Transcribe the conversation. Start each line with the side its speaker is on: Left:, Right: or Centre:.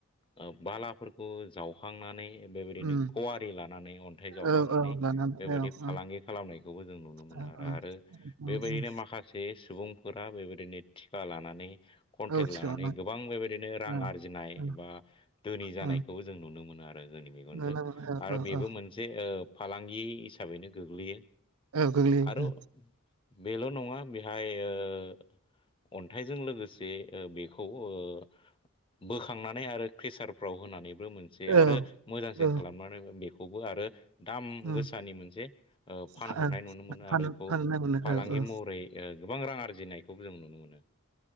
Left: ओ बालाफोरखौ जावखांनानै बेबायदिनो
Right: उम
Left: कवारि लानानै अन्थाइ जावखांनानै
Right: औ औ लानानै
Left: बेबायदि
Right: औ
Left: फालांगि
Right: औ
Left: खालामनायखौबो जों नुनो मोनो
Right: औ
Left: आरो
Right: औ
Left: आरो
Right: उम,
Left: बेबायदिनो
Right: उम,
Left: माखासे सुबुंफोरा बेबायदिनो लानानै कन्टेक्ट
Right: औ थिगानो
Left: लानानै गोबां बेबायदिनो रां
Right: औ
Left: आरजि नाय
Right: औ
Left: बा दोनि जानायखौ
Right: औ
Left: जों नुनो मोनो आरो आरो जोंनि मेगनजों
Right: नुनो मोनो
Left: आरो
Right: औ
Left: बेबो
Right: औ
Left: मोनसे ओ फालांगि हिसाबैनो गोग्लैयो।
Right: औ गोग्लैयो
Left: आरो बेल' नङा बेहाय ओ अन्थाइजों लोगोसे जे ओ बेखौ ओ बोखांनानै आरो केसारफ्राव होनानैबो मोनसे
Right: औ
Left: आरो मोजांसिन
Right: औ
Left: खालामनानै बेखौ खौबो आरो दाम
Right: उम
Left: गोसानि मोनसे ओ फानहरनाय
Right: फाननो
Left: नुनो मोनो आरो बेखौ
Right: फाननो मोनो
Left: फालांगि
Right: औ औ
Left: महरै ओ गोबां रां आरजिनायखौबो जों नुनो मोनो